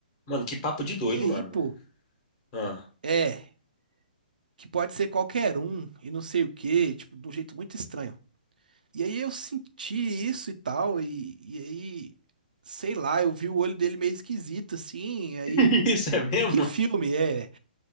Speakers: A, on the left (about 30°); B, on the right (about 65°).
A: Mano, que papo de doido,
B: E aí,
A: mano.
B: pô,
A: Ah,
B: é, que pode ser qualquer um. E não sei o quê. Tipo, de um jeito muito estranho. E aí eu senti isso e tal, e, e aí, sei lá, eu vi o olho dele meio esquisito, assim, aí,
A: <laughs> isso
B: tipo,
A: é mesmo?
B: e que filme é?